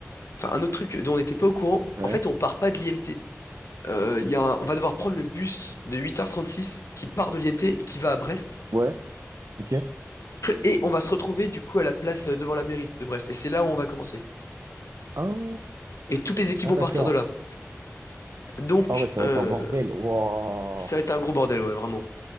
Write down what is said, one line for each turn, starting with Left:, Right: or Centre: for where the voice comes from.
Left: Enfin, un autre truc dont on n'était pas au courant,
Right: Ouais.
Left: en fait, on part pas de l'IMT. Euh, il y a un- on va devoir prendre le bus de 8h36 qui part de l'IMT et qui va à Brest.
Right: Ouais. Ok.
Left: Et on va se retrouver du coup à la place euh, devant la mairie de Brest. Et c'est là où on va commencer.
Right: Ah,
Left: Et toutes les équipes
Right: ah
Left: vont
Right: d'accord.
Left: partir de là. Donc,
Right: Ah ouais, ça
Left: euh,
Right: va être un bordel. Waouh.
Left: ça va être un gros bordel, ouais, vraiment.